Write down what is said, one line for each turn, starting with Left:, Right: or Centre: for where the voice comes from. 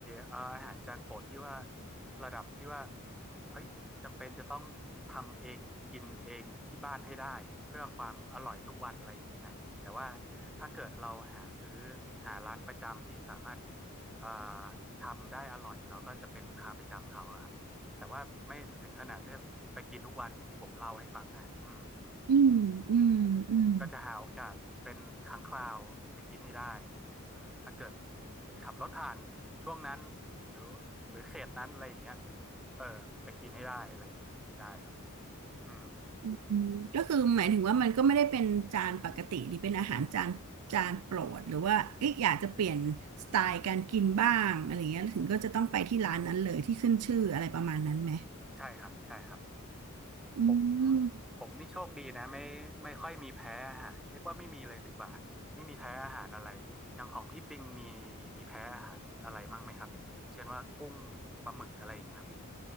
Centre: เอ่ออาหารจานโปรดที่ว่าระดับที่ว่าเฮ้ยจำเป็นจะต้องทำเองกินเองที่บ้านให้ได้เพื่อความอร่อยทุกวันอะไรอย่างนี้นะแต่ว่าถ้าเกิดเราหาซื้อหาร้านประจำที่สามารถเอ่อทำได้อร่อยเราก็จะเป็นลูกค้าประจำเขาอะครับแต่ว่าไม่ถึงขนาดที่ไปกินทุกวันอย่างที่ผมเล่าให้ฟังนะอืม
Right: อืมอืมอืม
Centre: ก็จะหาโอกาสเป็นครั้งคราวไปกินให้ได้ถ้าเกิดขับรถผ่านช่วงนั้นหรือหรือเขตนั้นอะไรอย่างเงี้ยเออไปกินให้ได้อะไรอย่างงี้ให้ได้ครับอืม
Right: อืมก็คือหมายถึงว่ามันก็ไม่ได้เป็นจานปกติหรือเป็นอาหารจานจานโปรดหรือว่าเอ๊ะอยากจะเปลี่ยนสไตล์การกินบ้างอะไรเงี้ยถึงก็จะต้องไปที่ร้านนั้นเลยที่ขึ้นชื่ออะไรประมาณนั้นไหม
Centre: ใช่ครับใช่ครับ
Right: อืม
Centre: ผมผมนี่โชคดีนะไม่ไม่ค่อยมีแพ้อาหารเรียกว่าไม่มีเลยดีกว่าไม่มีแพ้อาหารอะไรอย่างของพี่ปิงมีมีแพ้อาหารอะไรมั่งไหมครับอย่างเช่นว่ากุ้งปลาหมึกอะไรอย่างเงี้ยพี่